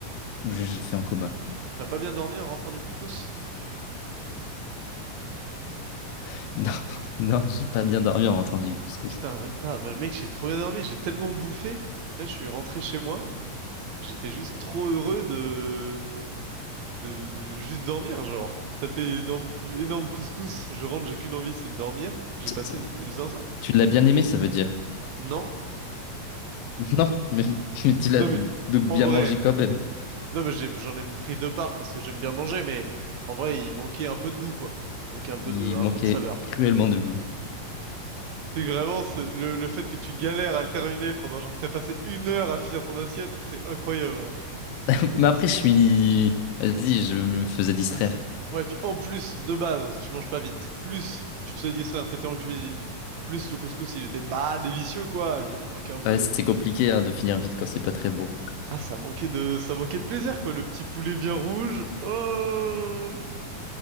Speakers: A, on the left; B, on the right.
A: où je je fais un coma.
B: t'as pas bien dormi en rentrant du couscous?
A: <laughs> Non, non, j'ai pas bien dormi en rentrant du couscous.
B: Putain, même pas, moi le mec j'ai trop bien dormi, j'ai tellement bouffé, là je suis rentré chez moi. J'étais juste trop heureux de, de, de juste dormir, genre. Taper énorme, cou- énorme couscous, je rentre, j'ai qu'une envie, c'est de dormir. J'ai
A: Tu
B: passé une nuit de zinzin.
A: tu l'as bien aimé, ça veut dire.
B: Non,
A: <laughs> Non, mais, mais tu l'as
B: non
A: donc
B: mais,
A: bien
B: en vrai,
A: mangé quand même.
B: non mais j'ai- j'en ai pris deux parts parce que j'aime bien manger, mais en vrai, il manquait un peu de goût, quoi. Il manquait un peu
A: Il
B: de, un
A: manquait
B: peu de saveur.
A: cruellement de goût.
B: C'est que vraiment, c'est- le, le fait que tu galères à le terminer pendant genre que t'as passé une heure à finir ton assiette, c'était incroyable. hein.
A: <laughs> Mais après, je suis... Vas-y, je me faisais distraire.
B: Ouais, c'est- ouais, puis en plus, de base, tu manges pas vite. Plus, tu te faisais distraire, t'étais en cuisine. Plus, le couscous, il était pas délicieux, quoi. Il manquait un peu
A: Ouais,
B: de...
A: c'est compliqué hein, de finir vite quand c'est pas très beau.
B: Ah, ça manquait de... Ça manquait de plaisir, quoi. Le petit poulet bien rouge. Oh!